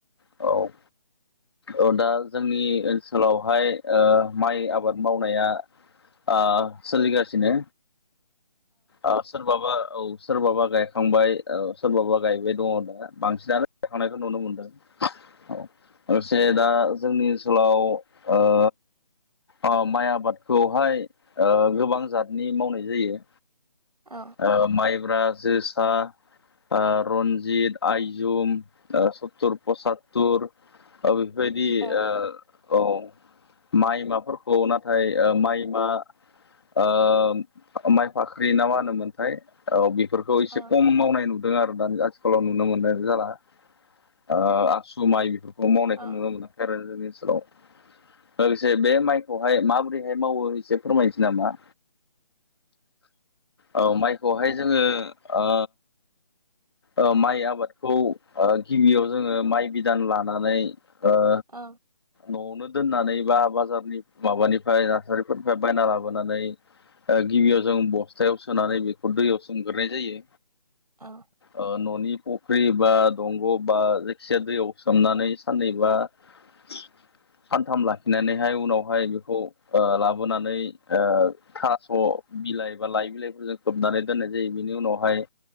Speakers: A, on the left (about 40°); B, on the right (about 85°).
A: औ औ दा जोंनि ओनसोलावहाय ओ माइ आबाद मावनाया आ सोलिगासिनो औ सोरबाबा औ सोरबाबा गायखांबाय सोरबाबा गायबाय दङ होन बांसिनानो गायखांनायखौ नुनो मोनदों लोगोसे दा जोंनि ओनसोलाव ओ अ माइ आबादखौहाय ओ गोबां जातनि मावनाय जायो
B: औ
A: ओ माइब्रा जोसा ओ रनजित आइजुम ओ सतुर प्रसाद थुर ओ बेफोरबायदि
B: औ
A: औ माइ माफोरखौ नाथाय ओ माइ मा ओ माइ फाख्रि ना मा होनोमोन थाय औ बेफोरखौ एसे
B: औ
A: खम मावनाय नुदों आरो दानि आथिखालाव नुनो मोननाय जाला ओ आसु माइ बेफोरखौ मावनायखौ
B: औ
A: नुनो मोनाखै आरो जोंनि ओनसोलाव लोगोसे बे माइखौहाय माबोरैहाय मावो एसे फोरमायनोसै नामा औ माइखौहाय जोङो ओ औ माइ आबादखौ ओ गिबियाव जोङो माइ बिदान लानानै ओ
B: औ
A: न'आवनो दोननानै बा बाजारनि माबानिफ्राय नार्सारिफोरनिफ्राय बायना लाबोनानै ए गिबियाव जों बस्थायाव सोनानै बेखौ दैयाव सोमग्रोनाय जायो
B: औ
A: ओ न'नि फुख्रि बा दंग' बा जायखिजाया दैयाव सोमनानै साननैबा सानथाम लाखिनानैहाय उनावहाय बेखौ ओ लाबोनानै ओ थास' बिलाइ बा लाइ बिलाइफोरजों होबनानै दोननाय जायो बिनि उनावहाय